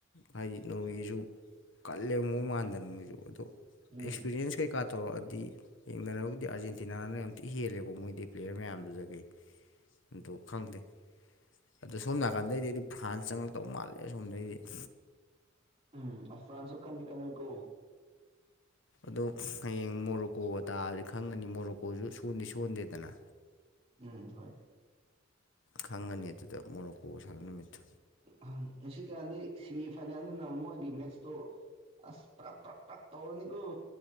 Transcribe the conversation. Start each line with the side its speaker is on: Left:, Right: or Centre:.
Left: ꯍꯥꯏꯗꯤ ꯅ‌ꯣꯋꯦꯖꯨ ꯀꯜꯂꯦ ꯃꯑꯣꯡ ꯃꯥꯟꯗꯅ ꯃꯣꯏꯖꯨ ꯑꯗꯣ
Right: ꯎꯝ
Left: ꯑꯦꯛꯁꯄꯤꯔꯤꯌꯦꯟꯁ ꯀꯩꯀꯥ ꯇꯧꯔꯛꯑꯗꯤ ꯌꯦꯡꯅꯔꯕꯨꯗꯤ ꯑꯥꯔꯖꯦꯟꯇꯤꯅꯥꯅ ꯌꯥꯝ ꯊꯤ ꯍꯦꯜꯂꯦꯀꯣ ꯃꯣꯏꯗꯩ ꯄ꯭ꯂꯦꯌꯥꯔ ꯃꯌꯥꯝꯗꯨꯗꯒꯤ ꯑꯗꯨ ꯈꯪꯗꯦ ꯑꯗꯣ ꯁꯣꯝ ꯅꯥꯀꯟꯗꯩꯗꯤ ꯑꯩꯗꯤ ꯐ꯭ꯔꯥꯟꯁ ꯆꯪꯉꯛꯇꯧ ꯃꯥꯜꯂꯦ ꯑꯁꯣꯝꯗꯩꯗꯤ <unintelligible>
Right: ꯎꯝ ꯐ꯭ꯔꯥꯟꯁꯨ ꯀꯜꯗꯤ ꯀꯟꯂꯤꯀꯣ
Left: ꯑꯗꯣ ꯍꯌꯦꯡ ꯃꯣꯔꯣꯛꯀꯣꯒ ꯇꯥꯔꯗꯤ ꯈꯪꯒꯗꯤ ꯃꯣꯔꯣꯛꯀꯣꯁꯨ ꯁꯣꯟꯗꯤ ꯁꯣꯟꯗꯦꯗꯅ
Right: ꯎꯝ ꯍꯣꯏ
Left: ꯈꯪꯉꯅꯤ ꯑꯗꯨꯗ ꯃꯣꯔꯣꯛꯀꯣ ꯁꯥꯟꯅꯕ ꯅꯨꯃꯤꯠꯇꯥ
Right: ꯑ ꯉ ꯀꯥꯟꯗꯤ ꯁꯦꯃꯤ ꯐꯥꯏꯅꯦꯜꯅꯤꯅ ꯃꯣꯏꯒꯤ ꯃꯦꯠꯁꯇꯣ ꯑꯁ ꯄ꯭ꯔꯛ ꯄ꯭ꯔꯛ ꯄ꯭ꯔꯛ ꯇꯧꯔꯅꯤꯀꯣ